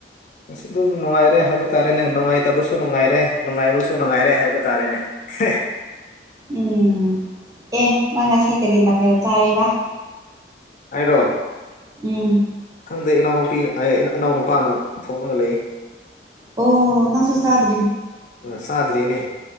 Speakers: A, on the left; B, on the right.
A: ꯑꯁꯤ ꯑꯗꯨꯝ ꯅꯨꯡꯉꯥꯏꯔꯦ ꯍꯥꯏꯕ ꯇꯥꯔꯦꯅꯦ ꯅꯨꯡꯉꯥꯏꯇꯕꯁꯨ ꯅꯨꯡꯉꯥꯏꯔꯦ ꯅꯨꯡꯉꯥꯏꯕꯁꯨ ꯅꯨꯡꯉꯥꯏꯔꯦ ꯍꯥꯏꯕ ꯇꯥꯔꯦꯅꯦ ꯁ
B: ꯎꯝ ꯑꯦ ꯅꯪꯁꯤ ꯀꯔꯤ ꯃꯊ ꯆꯌꯦꯕ
A: ꯍꯥꯏꯔꯣ
B: ꯎꯝ
A: ꯈꯪꯗꯦ ꯏꯅꯥꯎꯅꯨꯄꯤꯅ ꯏꯅꯥꯎ ꯅꯨꯄꯥꯅ ꯊꯧꯔꯒ ꯂꯩ
B: ꯑꯣ ꯅꯁꯨꯁꯗ
A: ꯑ ꯁꯥꯗꯔꯤꯅꯦ